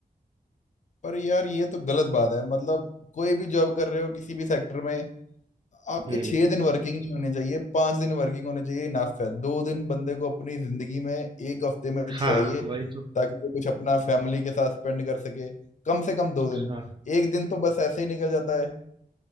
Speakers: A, on the left (about 55°); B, on the right (about 30°).
A: पर यार ये तो गलत बात है मतलब कोई भी जॉब कर रहे हो किसी भी सेक्टर में आपके
B: हम्म
A: छह दिन वर्किंग नहीं होने चाहिए पांच दिन वर्किंग होने चाहिए इनफ है दो दिन बंदे को अपनी जिंदगी में एक हफ्ते में चाहिए
B: हाँ वही तो
A: ताकि वो कुछ अपना फैमिली के साथ स्पेंड कर सके कम से कम दो दिन
B: हाँ
A: एक दिन तो बस ऐसे ही निकल जाता है